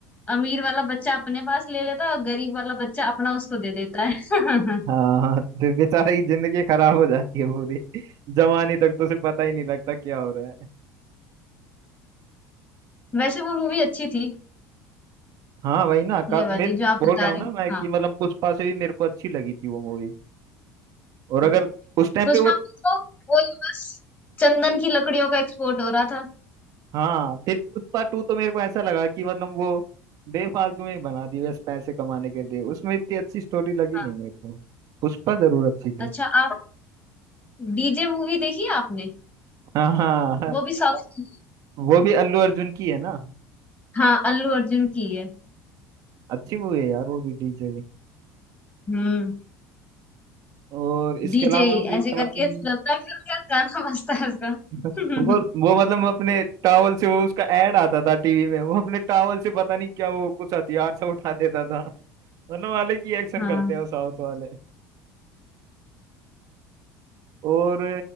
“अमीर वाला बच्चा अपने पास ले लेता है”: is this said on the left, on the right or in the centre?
Left